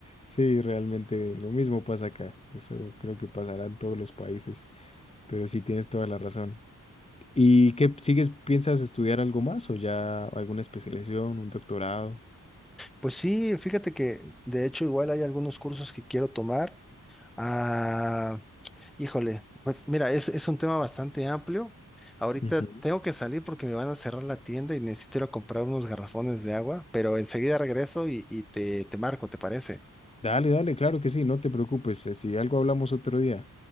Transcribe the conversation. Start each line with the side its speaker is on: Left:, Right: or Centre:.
Left: Sí, realmente lo mismo pasa acá. Eso creo que pasará en todos los países, pero sí tienes toda la razón. ¿Y qué sigues? ¿Piensas estudiar algo más o ya alguna especialización, un doctorado?
Centre: Pues sí, fíjate que de hecho igual hay algunos cursos que quiero tomar. Ah, híjole, pues mira, es, es un tema bastante amplio. Ahorita
Left: Ujú.
Centre: tengo que salir porque me van a cerrar la tienda y necesito ir a comprar unos garrafones de agua, pero enseguida regreso y, y te, te marco, ¿te parece?
Left: Dale, dale, claro que sí, no te preocupes. eh, Si algo hablamos otro día.